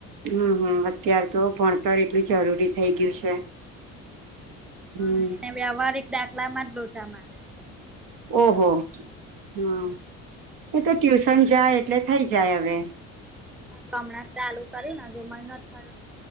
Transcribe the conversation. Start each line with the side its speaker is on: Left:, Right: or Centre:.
Right: હમ હમ અત્યાર તો ભણતર એટલું જરૂરી થઈ ગયું છે.
Centre: પણ
Right: હમ
Centre: એને વ્યવહારિક દાખલામાં જ લોચા મારે છે.
Right: ઓહો હા એ તો ટ્યુશન
Centre: એવું
Right: જાય એટલે થઈ જાય હવે
Centre: હમણાં ચાલુ કરીને જો મહિનો થયો